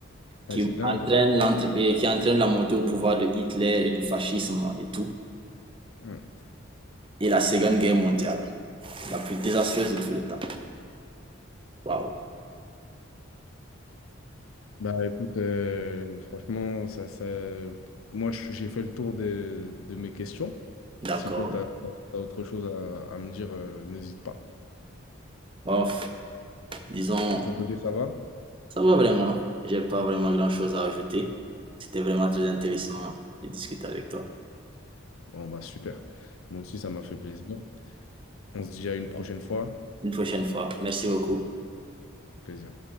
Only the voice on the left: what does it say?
Ouais, c'est dingue,
hein. Mm.
Bah écoute, euh, franchement, ça, ça... moi je- j'ai fait le tour de, de mes questions.
Si toi, tu as, autre chose à, à me dire, euh, n'hésite pas.
De ton côté, ça va?
Bon,
Bon, bah super. Moi aussi, ça m'a fait plaisir. On se dit à une prochaine fois.
Avec plaisir.